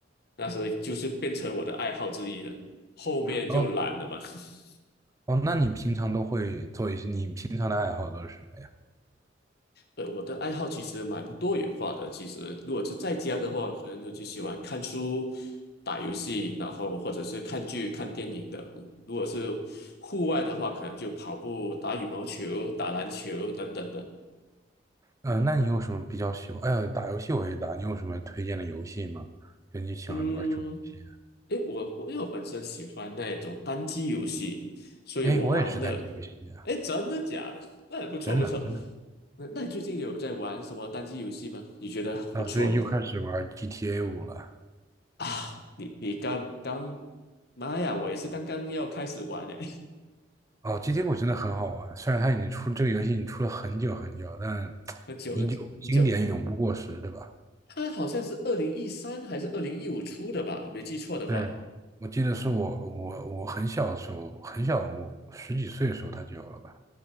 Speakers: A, on the left; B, on the right.
A: 那时就是变成我的爱好之一了，后面就懒了嘛。
B: 哦
A: <laughs>
B: 哦，那你平常都会做一些，你平常的爱好都是什么呀？
A: 呃，我的爱好其实蛮多元化的。其实，如果是在家的话，可能我就喜欢看书、打游戏，然后或者是看剧、看电影的。嗯如果是户外的话，可能就跑步、打羽毛球、打篮球等等的。
B: 呃，那你有什么比较喜欢？哎呀，打游戏我也打，你有什么推荐的游戏吗？就你喜欢玩什么游戏啊？
A: 嗯，诶，我我因为我本身喜欢那种单机游戏，所以我玩的，
B: 哎，我也是单机游戏啊，
A: 诶，真的假的？<laughs> 那也不错不错。
B: 真的真的。
A: 那那你最近有在玩什么单机游戏吗？你觉得不错的？
B: 啊，最近又开始玩 GTA 五了。
A: 啊，你你刚刚，妈呀，我也是刚刚要开始玩诶，
B: 哦，GTA 五真的很好玩，虽然它已经出这个游戏已经出了很久很久，但
A: <laughs> 很久很久很久，
B: 依旧经典永不过时，对吧？
A: 它好像是二零一三还是二零一五出的吧，我没记错的话。
B: 对，我记得是我我我很小的时候，很小，我十几岁的时候它就有了吧。